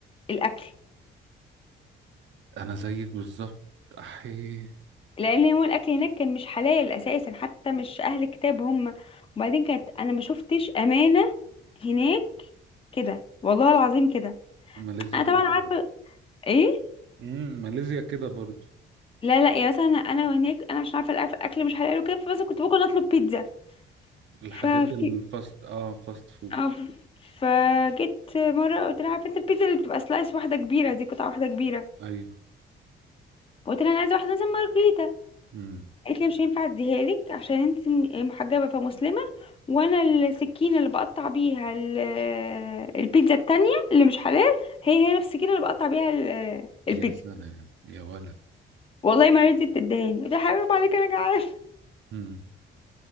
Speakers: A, on the left (about 25°); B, on the right (about 70°).
A: الأكل
B: انا زيك بالظبط احي
A: لان هو الاكل هناك كان مش حلال اساسا حتى مش اهل كتاب هم وبعدين كانت انا ما شفتش امانه هناك كده والله العظيم كده
B: ماليزيا
A: انا
B: كده
A: طبعا
B: برضه
A: عارفه ايه
B: امم ماليزيا كده برضه
A: لا لا يا مثلا انا هناك انا عشان عارفه الأف- الاكل مش حلال وكده فبس كنت ممكن اطلب بيتزا
B: الحاجات
A: ففي
B: الفاست اه فاست فود
A: أو- فجيت مره قلت لها عارفه انت البيتزا اللي بتبقى سلايس واحده كبيره دي قطعه واحده كبيره
B: ايوه
A: قلت لها انا عايزه واحده مثلا مارجريتا
B: امم
A: قالت لي مش هينفع اديها لك عشان انت م- محجبه فمسلمه وانا السكينه اللي بقطع بيها ال- البيتزا التانية اللي مش حلال هي هي نفس السكينه اللي بقطع بيها ال- البيتزا
B: يا سلام يا ولد
A: والله ما رضيت تدهاني قلت لها حبيبي عليك انا جعان
B: امم